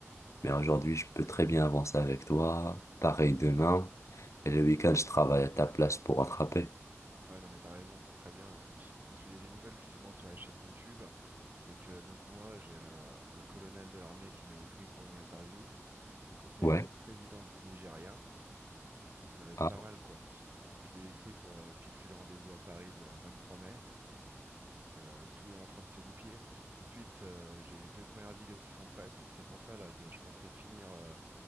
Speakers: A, on the left; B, on the right.
A: Mais aujourd'hui, je peux très bien avancer avec toi. Pareil demain. Et le week-end, je travaille à ta place pour rattraper.
B: Ah ouais, non, mais t'as raison, c'est très bien. hein. Parce qu'il y a des nouvelles justement sur la chaîne YouTube. C'est que donc moi, j'ai euh, un colonel de l'armée qui m'a écrit pour une interview. Il conseille
A: Ouais.
B: la haute présidence du Nigeria. Donc ça va être
A: Ah.
B: pas mal, quoi. Donc je lui ai écrit pour euh, fixer le rendez-vous à Paris le 23 mai. Donc euh, tout est en train de se goupiller. Ensuite, euh, j'ai deux premières vidéos qui sont prêtes. C'est pour ça, là, de- je pensais finir. euh,